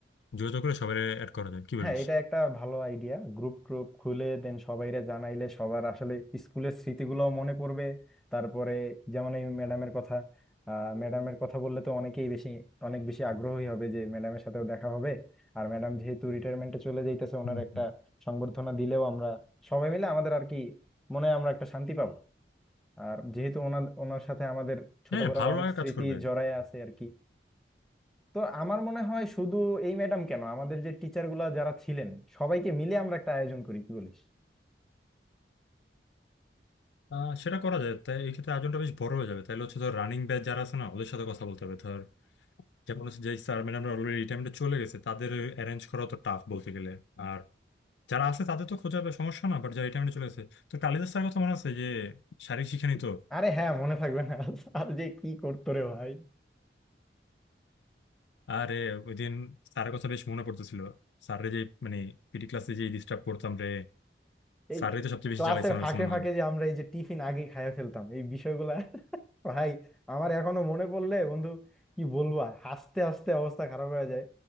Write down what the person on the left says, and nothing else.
যোগাযোগ করে সবাই অ্যাড করা যায় কি
বলিস
হুম,
হুম।
হ্যাঁ ভালো
লাগা
কাজ করবে
আহ, সেটা করা যায় তাই এই ক্ষেত্রে আয়োজনটা বেশ বড় হয়ে যাবে তাহলে হচ্ছে ধর রানিং ব্যাচ যারা আছে না ওদের সাথে কথা বলতে হবে ধর যেমন হচ্ছে যে স্যার ম্যাডামরা অলরেডি রিটায়ারমেন্টে চলে গেছে তাদের অ্যারেঞ্জ করা তো টাফ বলতে গেলে আর যারা আছে তাদের তো খোঁজার সমস্যা না বাট যারা রিটায়ারমেন্টে চলে গেছে তো কালিদাস স্যার কথা মনে আছে যে শারীরিক শিক্ষা নিত
আরে ওই দিন স্যারের কথা বেশ মনে পড়তেছিল স্যাররে যে মানে পিটি ক্লাসে যে ডিস্টার্ব করতাম রে
স্যাররে তো সবচেয়ে বেশি
জ্বালাইছে আমার
কাছে মনে
হয়